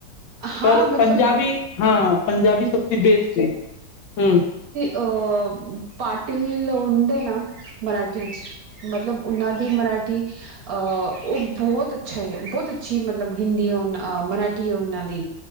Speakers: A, on the right; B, on the left.
A: ਹਾਂ
B: ਪਰ
A: ਮਤਲਬ
B: ਪੰਜਾਬੀ ਹਾਂ, ਪੰਜਾਬੀ ਸਭ ਤੋਂ ਬੇਸਟ ਏ ਹੂ।
A: ਆ ਪਾਟਿਲ ਹੋਣ ਦੇ ਨਾ ਮਰਾਠੀ ਚ ਮਤਲਬ ਉਹਨਾਂ ਦੀ ਮਰਾਠੀ ਅਹ ਉਹ ਬਹੁਤ ਅੱਛਾ ਏ, ਬਹੁਤ ਅੱਛੀ ਮਤਲਬ ਹਿੰਦੀ ਆ ਮਰਾਠੀ ਆ ਉਹਨਾਂ ਦੀ।